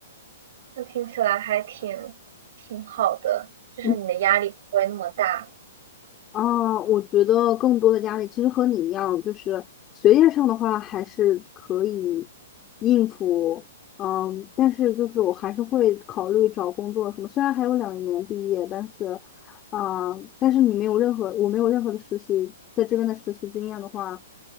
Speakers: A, on the right; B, on the left.
A: 那听起来还挺挺好的，就是你的压力不会那么大。
B: 嗯啊，我觉得更多的压力其实和你一样，就是学业上的话还是可以应付，嗯，但是就是我还是会考虑找工作什么。虽然还有两年毕业，但是，啊，但是你没有任何，我没有任何的实习，在这边的实习经验的话，